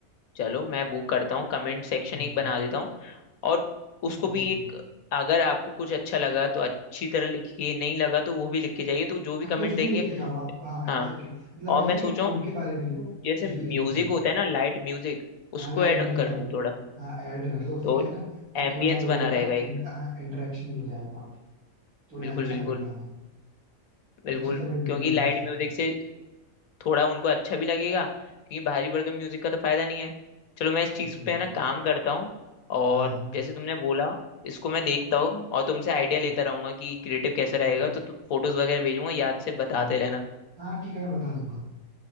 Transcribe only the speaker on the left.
चलो मैं वो करता हूँ कमेंट सेक्शन
एक बना देता हूँ और उसको
भी एक अगर आपको कुछ अच्छा लगा तो अच्छी तरह लिखिए नहीं लगा तो वो भी लिख के जाइए तो जो भी
कमेंट
देंगे
हाँ
और
मैं
सोचा
हूँ
जैसे
म्यूजिक
होता है ना लाइट म्यूजिक उसको
ऐड
कर
लूँ थोड़ा
तो
एम्बियंस
बना
रहेगा एक
बिल्कुल
बिल्कुल
बिल्कुल
क्योंकि लाइट
म्यूजिक
से थोड़ा उनको अच्छा भी लगेगा क्योंकि भारी भरकम म्यूजिक का तो फायदा नहीं है चलो मैं इस
चीज
पे है ना काम करता हूँ और
जैसे तुमने बोला इसको मैं देखता हूँ और तुमसे आइडिया
लेता रहूंगा कि क्रिएटिव कैसे
रहेगा
तो तुम फोटोज वगैरह भेजूंगा याद से बताते
रहना